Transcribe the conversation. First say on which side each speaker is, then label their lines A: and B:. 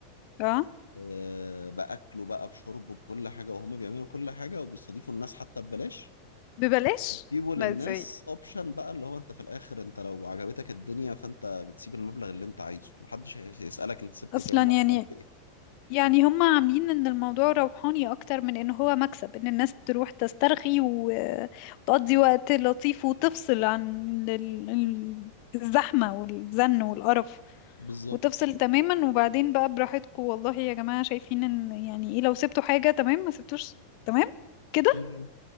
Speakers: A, on the left; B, on the left.
A: اه
B: آه، باكله بقى بشربه بكل حاجه وهما بيعملوا كل حاجه وبيستضيفوا الناس حتى ببلاش
A: ببلاش
B: سيبه للناس
A: لا ازاي
B: اوبشن بقى اللي هو انت في الاخر انت لو عجبتك الدنيا فانت بتسيب المبلغ اللي انت عايزه محدش هي- هيسألك انت سبت
A: اصلا
B: كام
A: يعني
B: ولا عملت ايه
A: يعني هم عاملين ان الموضوع روحاني اكتر من ان هو مكسب ان الناس تروح تسترخي و- وتقضي وقت لطيف وتفصل عن ال- ال- الزحمة والزن والقرف
B: بالظبط
A: وتفصل تماما وبعدين بقى براحتكم والله يا جماعة شايفين ان يعني ايه لو سبتوا حاجة تمام ما سبتوش تمام كده
B: مم.